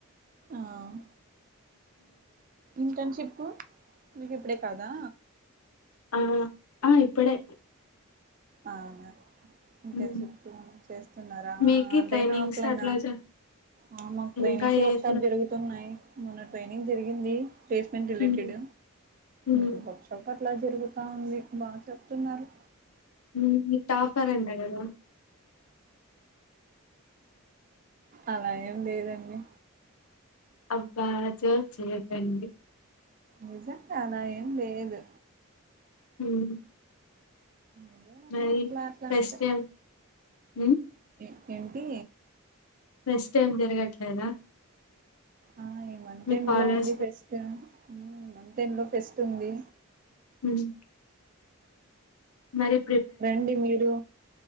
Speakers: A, on the right (about 40°); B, on the left (about 80°).
A: ఆ హ్ ఇంటర్న్షి మీకు ఇప్పుడే కాదా
B: ఆ ఆ ఇప్పుడే
A: అవునా ఇంకేం
B: ఉమ్.
A: చెప్పు చేస్తున్నారా
B: మీకి
A: ఆన్లైనా,
B: ట్రైనింగ్స్
A: ఆఫ్లైనా.
B: అట్లా జ-
A: ఆ మాకు ట్రైనింగ్స్
B: ఇంకా
A: వర్క్
B: ఏది
A: షాప్ జరుగుతున్నాయ్. మొన్న ట్రైనింగ్ జరిగింది ప్లేస్మెంట్ రిలేటెడ్
B: ఉమ్, ఉమ్,
A: ఇప్పుడు వర్క్ షాప్ అ ట్లా జరుగుతాంది బాగ చెప్తున్నారు
B: మీ మీ టాపర్ అంట కదా
A: అలా ఏం లేదండి
B: అబ్బా జోక్ చేయద్దండి
A: నిజంగాన యేం లేేదు
B: హ్మ్
A: ఏదో అలా
B: మరి
A: అట్లా అట్లా
B: ఫెస్ట్
A: అంతే
B: ఏం హ్మ్
A: ఏమిటి
B: ఫెస్ట్ ఏం జరగట్లేదా
A: ఆ ఈ మంత్
B: మీ
A: ఎండ్
B: కాలేజ్
A: లో ఉంది ఫెస్ట్ మ్మ్ మంత్ ఎండ్ లో ఫెస్ట్ ఉంది
B: హ్మ్ మరి
A: రండి మీరు